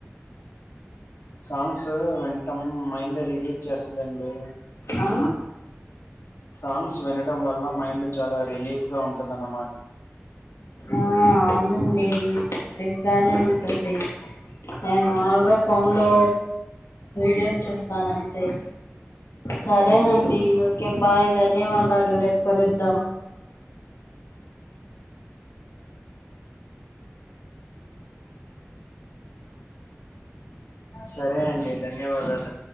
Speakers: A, on the left; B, on the left.
A: సాంగ్స్ వెన్ టమ్ మైండ్ రిలీఫ్ చేస్తదండి
B: ఆ
A: సాంగ్స్ వినడం వల్ల మైండ్ చాలా రిలీఫ్గా ఉంటదన్నమా
B: ఆ అవునండి బఫ్ గానే ఉంటుంది నేను మామూలుగా ఫోన్లో వీడియోస్ చూస్తాను అంతే సరేనండి
A: మ్మ్
B: ఓకే బాయ్ ధన్యవాదాలు రేపు కలుద్దాం
A: సరే అండి ధన్యవాదాలు